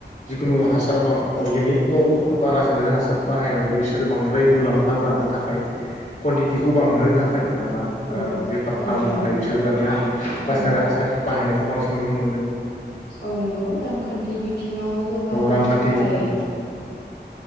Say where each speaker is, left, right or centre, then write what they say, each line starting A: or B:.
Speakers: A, on the left (about 55°); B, on the left (about 90°).
A: जिखुनु हासार बां अर्गेनिक बाबु बारा सायनारि हासाद बाहायनानै बिसोर बां द्राय मुलाम्फा जानो थाखाय कुवानटिटिखौ बांहोनो थाखाय आरो ना
B: औ
A: ओ बेफार
B: औ
A: खालामनो
B: नंगौ
A: थाखाय बिसोरो दानिया रासायनारि
B: औ
A: हासार बाहायनाय खौ बांसिन नुनो मोन
B: औ नंगौ रांखान्थि बिथिङाव जौगाहोनो
A: औ रांखान्थि
B: थाखाय
A: उम